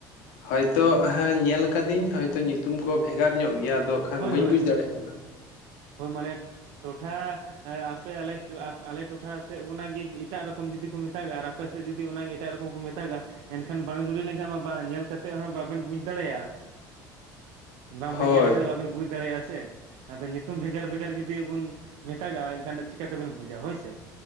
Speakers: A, on the left; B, on the right.
A: ᱦᱚᱭᱛᱚ ᱦᱮᱸ ᱧᱮᱞ ᱠᱟᱫᱤᱧ ᱦᱚᱭᱛᱚ ᱧᱩᱛᱩᱢ ᱠᱚ ᱵᱷᱮᱜᱟᱨ ᱧᱚᱜ ᱜᱮᱭᱟ ᱟᱫᱚ ᱠᱷᱟᱱ
B: ᱦᱳᱭ
A: ᱵᱟᱹᱧ
B: ᱦᱳᱭ
A: ᱵᱩᱡᱽ
B: ᱦᱳᱭ
A: ᱫᱟᱲᱮᱭᱟᱜ ᱠᱟᱱᱟ
B: ᱦᱳᱭ ᱢᱟᱱᱮ ᱴᱚᱴᱷᱟ ᱟᱯᱮ ᱟᱞᱮ ᱟ ᱟᱞᱮ ᱴᱚᱴᱷᱟ ᱥᱮᱜ ᱚᱱᱟᱜᱤ ᱮᱴᱟᱜ ᱨᱚᱠᱚᱢ ᱡᱩᱫᱤ ᱠᱚ ᱢᱮᱛᱟᱜ ᱟᱯᱮ ᱥᱮᱜ ᱡᱩᱫᱤ ᱚᱱᱟ ᱜᱤ ᱮᱴᱟᱜ ᱨᱚᱠᱚᱢ ᱠᱚ ᱢᱮᱛᱟᱜᱼᱟ᱾ ᱮᱱᱠᱷᱟᱱ ᱵᱟᱝ ᱫᱩᱲᱤ ᱞᱮᱱᱠᱷᱟᱱ ᱢᱟ ᱧᱮᱞ ᱠᱟᱛᱮ ᱦᱚᱸ ᱵᱟᱵᱮᱱ ᱵᱩᱡᱽ ᱫᱟᱲᱮᱭᱟᱜᱼᱟ᱾ ᱵᱟᱝᱵᱮᱱ
A: ᱦᱳᱭ
B: ᱧᱮᱞ ᱞᱮᱠᱷᱟᱱ ᱫᱚ ᱵᱟᱵᱮᱱ ᱵᱩᱡᱽ ᱫᱟᱲᱮᱭᱟᱜᱼᱟ ᱥᱮ᱾ ᱟᱫᱚ ᱧᱩᱛᱩᱢ ᱵᱷᱮᱜᱟᱨ ᱵᱷᱮᱜᱟᱨ ᱡᱩᱫᱤ ᱵᱚᱱ ᱢᱮᱛᱟᱜᱟᱜᱼᱟ ᱮᱱᱠᱷᱟᱱ ᱪᱤᱠᱟᱛᱮᱵᱚᱱ ᱵᱩᱡᱟ ᱦᱳᱭᱥᱮ᱾